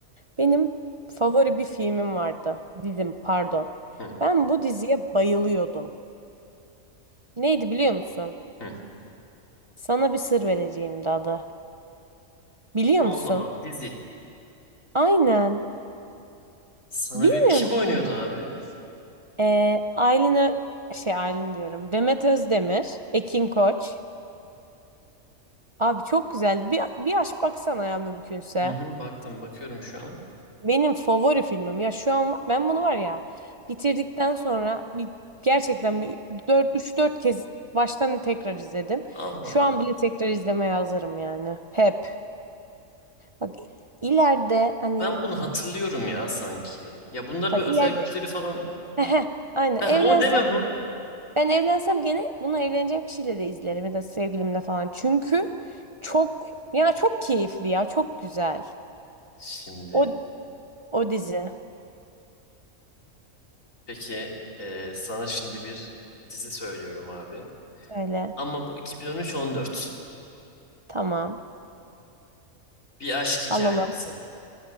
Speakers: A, on the right; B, on the left.
A: Benim favori bir filmim vardı. Dizim pardon.
B: Hı,
A: Ben bu diziye bayılıyordum. Neydi biliyor musun?
B: hı.
A: Sana bir sır vereceğim de adı. Biliyor
B: Allah
A: musun?
B: Allah dizi.
A: Aynen.
B: Sana
A: Bilmiyorum
B: bir kim oynuyordu abi?
A: Ee, Aylin Ö- şey Aylin diyorum. Demet Özdemir, Ekin Koç. Abi çok güzeldi. Bir, bir aç baksana ya mümkünse.
B: Hı hı, baktım bakıyorum şu an.
A: Benim favori filmim. Ya şu an ben bunu var ya bitirdikten sonra bir gerçekten bir 4 3-4 kez baştan tekrar izledim.
B: Allah
A: Şu
B: Allah.
A: an bile tekrar izlemeye hazırım yani. Hep. Bak ileride hani
B: Ben bunu hatırlıyorum ya sanki. Ya bunlar
A: bak
B: böyle
A: ileride
B: özel güçleri falan.
A: <laughs> Aynen
B: Heh,
A: evlensem
B: o deme bu.
A: Ben evlensem gene bunu evleneceğim kişiyle de izlerim ya da sevgilimle falan. Çünkü çok ya çok keyifli ya çok güzel.
B: Şimdi
A: O o dizi.
B: peki e, sana şimdi bir dizi söylüyorum abi.
A: Söyle.
B: Ama bu 2013-14.
A: Tamam.
B: Bir aşk hikayesi.
A: Alalım.